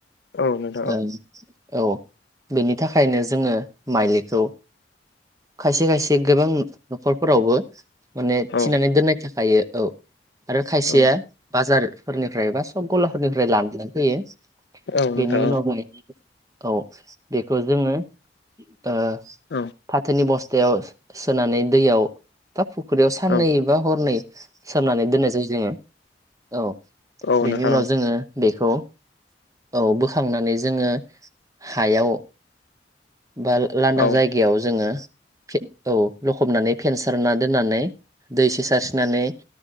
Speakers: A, on the left; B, on the right.
A: औ नोंथां औ
B: ओ, औ बेनि थाखायनो जोङो मायलिखौ, खायसे खायसे गोबां न'खरफोरावबो माने
A: औ
B: थिनानै दोननाय थाखायो। औ आरो खायसेया
A: औ
B: बाजारफोरनिफ्राय बास सोब गलाफोरनिफ्राय लाननानै फैयो
A: औ नोंथां
B: बेनि उनाव माय औ बेखौ जोङो। ओ
A: औ
B: फाथोनि बस्थायाव सोनानै दैयाव बा फुख्रियाव साननै
A: औ
B: बा हरनै, सोमनानै दोननाय जायो जोङो औ
A: औ
B: बेनि
A: नोंथां
B: उनाव
A: औ
B: जोङो। बेखौ औ बोखांनानै जोङो हायाव। बा लांदां
A: औ नोंथां औ
B: जायगायाव जोङो औ लखबनानै फेनसारना दोननानै। दै एसे सारस्रिनानै